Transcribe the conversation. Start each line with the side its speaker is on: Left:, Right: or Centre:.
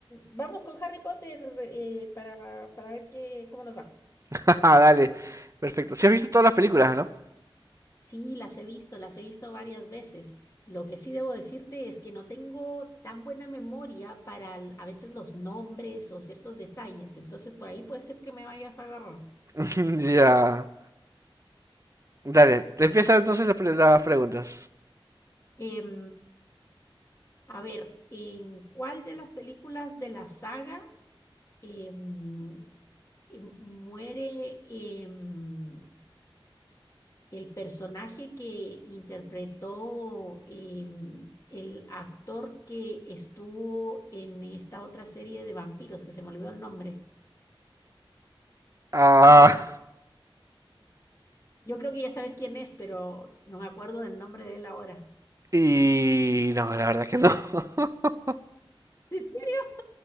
Left: vamos con Harry Potter eh, para, para ver qué, cómo nos va.
Right: <laughs> Dale. Perfecto. Si has visto todas las películas, ¿no?
Left: Sí, las he visto, las he visto varias veces. Lo que sí debo decirte es que no tengo tan buena memoria para l- a veces los nombres o ciertos detalles, entonces por ahí puede ser que me vayas a agarrar.
Right: <laughs> Ya. Dale. Te empiezan entonces las pre- las preguntas.
Left: Em, a ver, ¿en cuál de las películas de la saga? em, em, muere em, el personaje que interpretó em, el actor que estuvo en esta otra serie de vampiros, que se me olvidó el nombre.
Right: Ah.
Left: de- yo creo que ya sabes quién es, pero no me acuerdo del nombre de él ahora.
Right: Y no, la verdad que no. <laughs>
Left: ¿En serio?